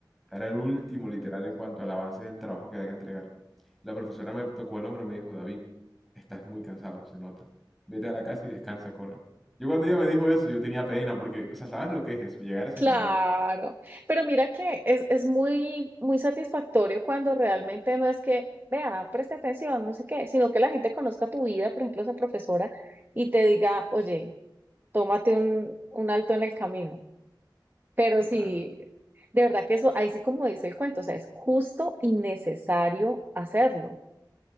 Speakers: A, in the centre; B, on the right (about 30°).
A: Era el último, literal, en cuanto al avance del trabajo que había que entregar. La profesora me tocó el hombro y me dijo, David, estás muy cansado, se nota. Vete a la casa y descansa, corre. Yo cuando ella me dijo eso, yo tenía pena, porque, o sea, ¿sabes lo que es eso? Llegar a ese
B: Claro,
A: nivel.
B: pero mira que es, es muy, muy satisfactorio cuando realmente no es que, vea, preste atención, no sé qué, sino que la gente conozca tu vida, por ejemplo, esa profesora, y te diga, oye, tómate un, un alto en el camino. Pero
A: Total.
B: sí, de verdad que eso, ahí sí como dice el cuento, o sea, es justo y necesario hacerlo.